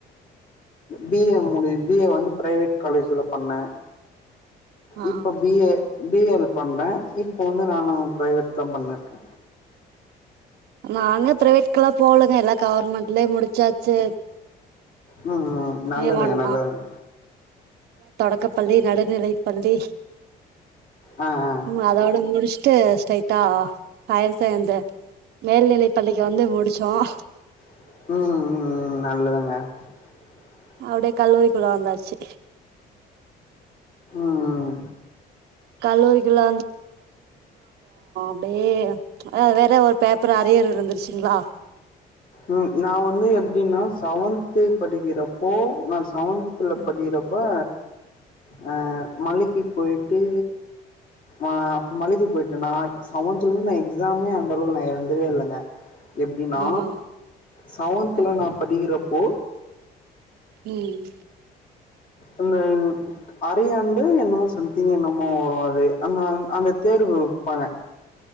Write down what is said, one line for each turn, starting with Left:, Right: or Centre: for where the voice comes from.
Left: பி ஏ முடி பி ஏ வந்து ப்ரைவேட் காலேஜ்ல பண்ணே
Right: ஆ ஆ
Left: இப்ப பி ஏ பி எல் பண்றே இப்போ வந்து நானு ப்ரைவேட்தா பண்ணின்ருக்கே
Right: நாங்க பிரைவேட்கெல்லா போலங்க எல்லா கவர்மெண்ட்லயே முடிச்சாச்சு
Left: உம் ம் நல்லதுங்க
Right: ஏ ஒன்
Left: நல்லதுங்க
Right: க்கப் பள்ளி நடுநிலைப் பள்ளி
Left: ஆ ஆ
Right: உம் அதோட முடிச் சுட்டு ஸ்டைட்டா ஹையர் செகண்ட்ரி மேல்நிலை பள்ளிக்கு வந்து முடிச் ஆ <unintelligible>
Left: ம் ம் நல்லதுக
Right: அபடியே கல்லூரிகுள்ள வந்தாச்சு
Left: ம்ம்
Right: கல்லூரிக்குள்ள அபடியே ப் ச் அத வேற ஒரு பேப்பர் அறியர்யிருந்துசிங்களா
Left: ம் நா வந்து எபடின்னா செவத் படிகிறபோ நா செவத்துல
Right: ம்
Left: படிறபா ஹா மலைக்கு போயிடு ஆ அப மளைக்கு போயிடனா செவதுலயிருந்து நா எக்ஜாமே அந்த அளவுகு நா எழுதவேயில்லங்க எப்டினா
Right: ஆமாங்க
Left: சாவந்துல
Right: ம்
Left: நான் படிக்கிறே அப் போ
Right: ம்
Left: அந்த ம் அரையாண்டு என்மோ சம்திங் எனமோ ஹ வோ அம அந்த தேர்வு வெபங்க